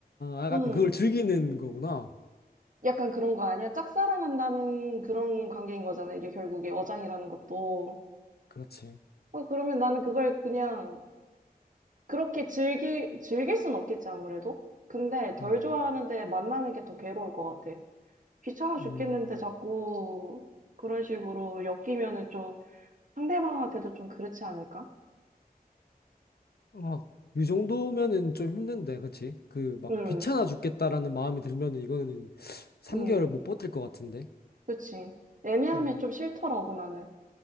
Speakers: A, on the left; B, on the right.
A: 아, 약간
B: 음,
A: 그걸 즐기는 거구나.
B: 약간 그런 거 아니야? 짝사랑한다는 그런 관계인 거잖아, 이게 결국에 어장이라는 것도.
A: 그렇지.
B: 어, 그러면 나는 그걸 그냥 그렇게 즐기, 즐길 순 없겠지, 아무래도? 근데 덜
A: 음,
B: 좋아하는데 만나는 게 더 괴로울 것 같아. 귀찮아
A: 음,
B: 죽겠는데 자꾸 그런 식으로 엮이면은 좀 상대방한테도 좀 그렇지 않을까?
A: 아, 이 정도면은 좀 힘든데, 그치? 그, 막
B: 응,
A: 귀찮아 죽겠다라는 마음이 들면은 이거는 3개월
B: 응,
A: 못 버틸 것 같은데.
B: 그치. 애매하면
A: 음,
B: 좀 싫더라고, 나는.